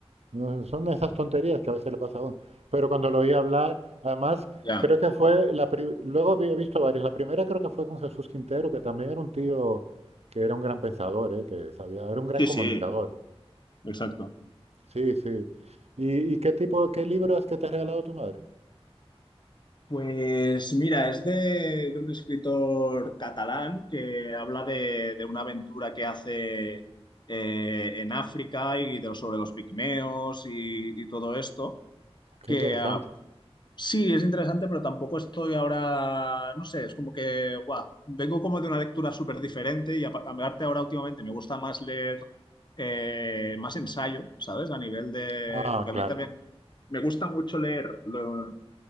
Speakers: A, on the right; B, on the left.
A: no, son esas tonterías que a veces le pasa a uno. Pero cuando lo oí hablar, además,
B: Ya.
A: creo que fue, la pri- luego vi- he visto varias, la primera creo que fue con Jesús Quintero, que también era un tío que era un gran pensador, ¿eh? que sabía, era un gran
B: Sí,
A: comunicador.
B: sí, exacto.
A: Sí, sí. ¿Y, y qué tipo, qué libro es que te ha regalado tu madre?
B: Pues mira, es de, de un escritor catalán que habla de, de una aventura que hace eh, en África y de- sobre los pigmeos y, y todo esto, que
A: Qué interesante.
B: ah, Sí, es interesante, pero tampoco estoy ahora, no sé, es como que, guau, vengo como de una lectura súper diferente y apa- aparte ahora últimamente me gusta más leer eh, más ensayo, ¿sabes? A nivel de,
A: Ah,
B: porque
A: claro.
B: a mí también me gusta mucho leer lo-